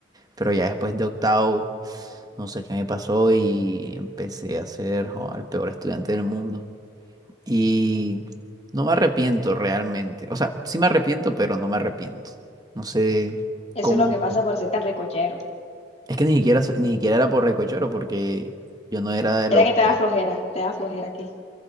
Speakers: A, on the right (about 20°); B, on the left (about 35°).
A: Pero ya después de octavo, no sé qué me pasó y empecé a ser, joa, el peor estudiante del mundo. Y no me arrepiento realmente. O sea, sí me arrepiento, pero no me arrepiento. No sé
B: Eso
A: cómo.
B: es lo que pasa por ser tan recochero.
A: Es que ni siquiera, so- ni siquiera era por recochoro, porque yo no era de los
B: Era que te da
A: que.
B: flojera, te da flojera aquí.